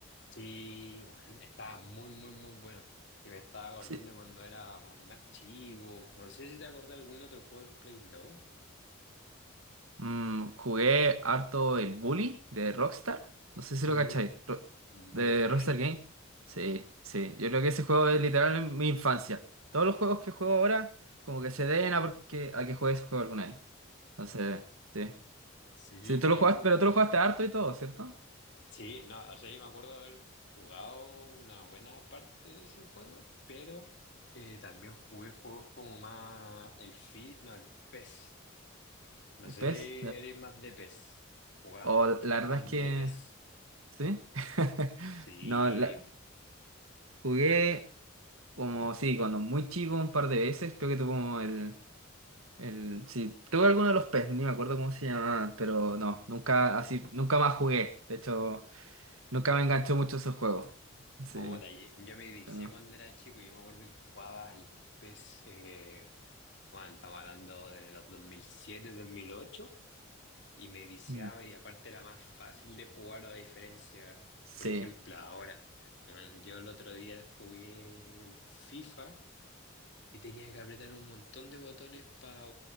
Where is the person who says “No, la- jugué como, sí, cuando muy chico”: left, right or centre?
Right